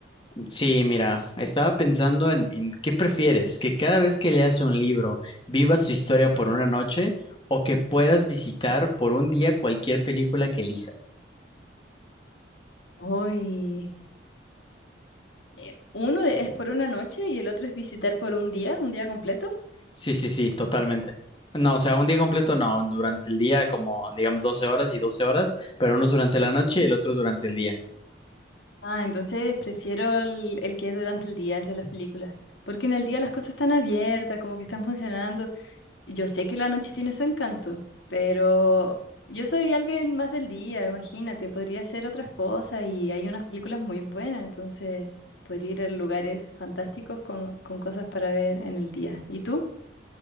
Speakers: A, on the left (about 25°); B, on the left (about 80°).
A: Sí, mira, estaba pensando en, en ¿qué prefieres? ¿Que cada vez que leas un libro viva su historia por una noche o que puedas visitar por un día cualquier película que elijas?
B: Hoy, eh, uno de- es por una noche y el otro es visitar por un día, un día completo.
A: Sí, sí, sí, totalmente. No, o sea, un día completo no, durante el día como digamos 12 horas y 12 horas, pero unos durante la noche y el otro durante el día.
B: Ah, entonces prefiero el, el que es durante el día, el de las películas, porque en el día las cosas están abiertas, como que están funcionando. Yo sé que la noche tiene su encanto, pero yo soy alguien más del día, imagínate, podría hacer otras cosas y hay unas películas muy buenas, entonces podría ir a lugares fantásticos con, con cosas para ver en el día. ¿Y tú?